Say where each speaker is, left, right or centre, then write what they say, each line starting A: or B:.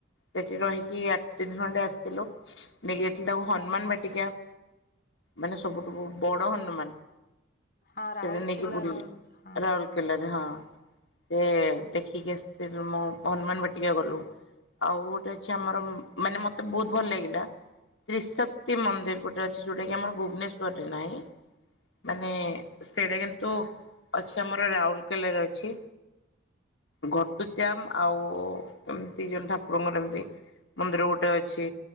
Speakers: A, on the left; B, on the left.
A: ସେଠି ରହିକି ଆଠ ତିନି ଖଣ୍ଡେ ଆସିଥିଲୁନେଇ ତାକୁ ହନୁମାନ ବାଟିକା ମାନେ ସବୁଠୁ ବଡ ହନୁମାନ।
B: ହଁ ରାଉରକେଲାର
A: ସେଟା ନେଇକି ବୁଲେଇଲି
B: ହଁ
A: ରାହୁଲକେଲାରେ ହଁ। ସେ ଦେଖିକିଆସିଥିଲୁ ହନୁମାନ ବାଟିକା ଗଲୁ। ଆଉ ଗୋଟେ ଅଛି ଆମର ମାନେ ମତେ ବହୁତ ଭଲ ଲାଗିଲା। ତ୍ରିଶକ୍ତି ମନ୍ଦିର ଗୋଟେ ଅଛି ଯୋଉଟା କି ଆମର ଭୁବନେଶ୍ୱଵରରେ ନାହିଁ। ମାନେ ସେଇଟା କିନ୍ତୁ ଅଛି ଆମର ରାଉରକେଲାରେ ଅଛି। ଘଟୁଚ୍ୟାମ ଆଉ ଏମିତି ଜଣେ ଠାକୁରଙ୍କର ଏମିତି। ମନ୍ଦିର ଗୋଟେ ଅଛି